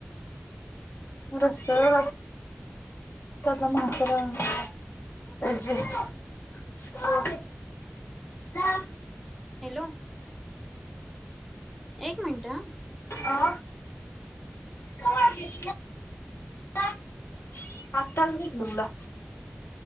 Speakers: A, on the left; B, in the centre.
A: म रस्स रास त्यातला म्हाताऱ्याला दिला, महजे. Stop.. hello.
B: हॅलो! एक मिनटं हं...
A: आ. <unintelligible> आत्ताच घेतलं मुला.